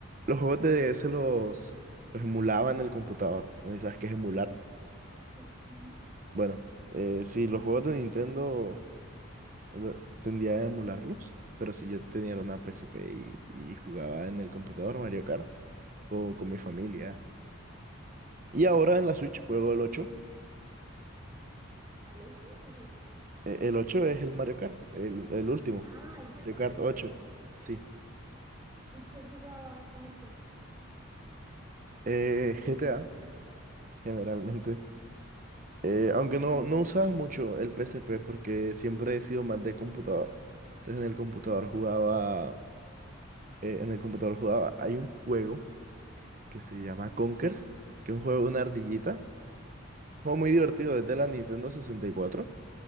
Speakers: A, on the right; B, on the right.
A: Los juegos de DS los, los emulaba en el computador, ¿no? ¿y sabes qué es emular?
B: sí. ujú.
A: Bueno, eh, sí, los juegos de Nintendo lo- tendía a emularlos, pero si yo tenía una PSP y, y jugaba en el computador Mario Kart co- con, mi familia. Y ahora en la Switch juego el ocho
B: ¿Al ocho ¿Qué es eso?
A: E- El 8 es el Mario Kart, el, el último.
B: Ah, el Mario
A: Mario
B: Kart
A: Kart
B: 8
A: ocho
B: ya.
A: sí.
B: ¿Y qué jugabas en el PSP?
A: Eh, G T A generalmente. Eh,
B: Ay,
A: aunque no,
B: yo-
A: no usaba mucho el P S P porque siempre he sido más de computador. Entonces en el computador jugaba, eh, en el computador jugaba, hay un juego que se llama Conkers, que es un juego de una ardillita. Un juego muy divertido, es de la Nintendo sesenta Y cuatro